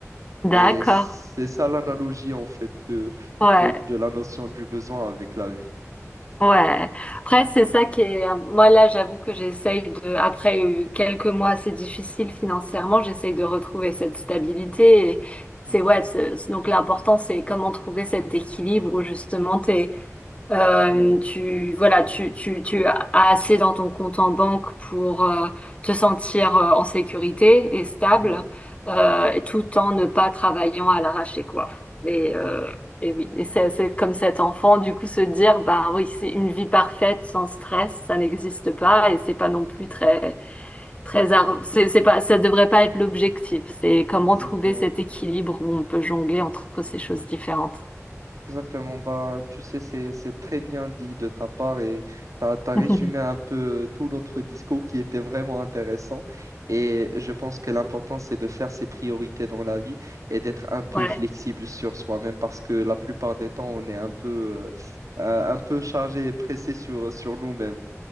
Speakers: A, on the left; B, on the right.
A: D'accord.
B: Et c'est ça l'analogie en fait de,
A: Ouais.
B: de, de la notion du besoin avec la vie.
A: Ouais. Après, c'est ça qui est. euh, Moi, là, j'avoue que j'essaye de. Après euh, quelques mois assez difficiles financièrement, j'essaye de retrouver cette stabilité. Et c'est
B: Mhm.
A: ouais. c'est- Donc l'important, c'est comment trouver cet équilibre où justement, euh,
B: Ouais,
A: tu voilà, tu, tu, tu as assez dans ton compte en banque pour euh, te sentir euh, en sécurité et stable,
B: ouais,
A: euh, et tout en ne pas travaillant à l'arraché, quoi. Et,
B: ouais,
A: euh, et oui, et c'est c'est comme cet enfant, du coup, se dire, bah oui, c'est une vie parfaite sans stress, ça n'existe pas, et c'est pas non plus très très ar- c'est c'est pas ça devrait pas être l'objectif. C'est comment
B: exactement.
A: trouver cet équilibre où on peut jongler entre ces choses différentes.
B: Exactement, bah, tu sais, c'est, c'est très bien dit de ta part et tu as, résumé
A: <laughs>
B: un peu tout notre discours qui était vraiment intéressant. Et je pense que l'important, c'est de faire ses priorités dans la vie et d'être un peu
A: Ouais,
B: flexible sur soi-même parce que la plupart des temps, on est un peu, euh, euh, un peu chargé et pressé sur, sur nous-mêmes.